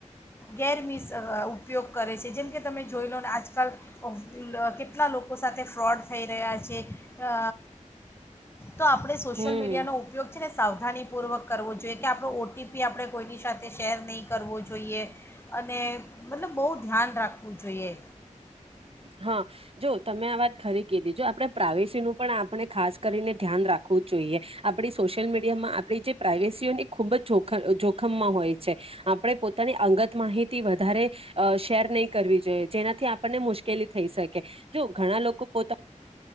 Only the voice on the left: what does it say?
ગેરમિસ ઉપયોગ કરે છે જેમ કે તમે જોઈ લોને આજકાલ <unintelligible> લોકો સાથે ફ્રોડ થઈ રહ્યા છે. અ તો આપણે સોશિયલ
મીડિયાનો ઉપયોગ છે ને સાવધાની પૂર્વક કરવો જોઈએ કે આપણ ઓટીપી આપણે કોઈની સાથે શેર નહી કરવો જોઈએ. અને મતલબ બહુ ધ્યાન રાખવું જોઈએ.